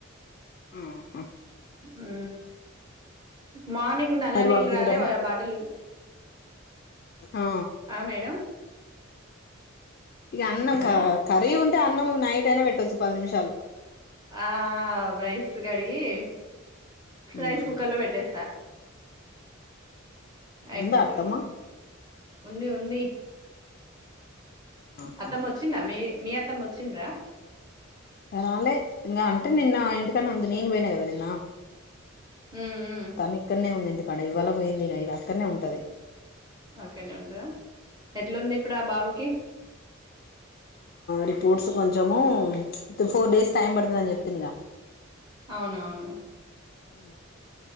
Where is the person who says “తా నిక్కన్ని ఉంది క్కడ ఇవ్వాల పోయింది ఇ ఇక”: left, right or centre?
Left